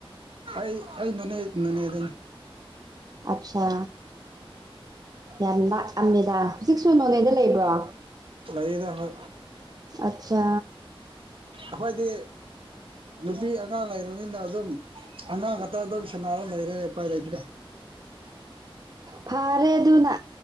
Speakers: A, on the right (about 65°); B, on the right (about 40°).
A: ꯑꯩ ꯑꯩ ꯅꯣꯅꯦ ꯅꯣꯅꯦꯗꯅꯦ
B: ꯑꯠꯆꯥ ꯌꯥꯝ ꯂꯥꯑꯝꯃꯦ ꯇ ꯍꯧꯖꯤꯛꯁꯨ ꯅꯣꯅꯦꯗ ꯂꯩꯕ꯭ꯔꯣ
A: ꯂꯩꯌꯦꯗ ꯃ
B: ꯑꯠꯆꯥ
A: ꯑꯈꯣꯏꯗꯤ ꯅꯨꯄꯤ ꯑꯉꯥꯡ ꯂꯩꯔꯝꯅꯤꯅ ꯑꯗꯨꯝ ꯑꯉꯥꯡ ꯈꯛꯇ ꯑꯗꯨꯝ ꯁꯦꯟꯅꯔ ꯂꯩꯔꯦ ꯎꯄꯥꯏ ꯂꯩꯇ꯭ꯔꯦ <inaudible>
B: ꯐꯥꯔꯦ ꯑꯗꯨꯅ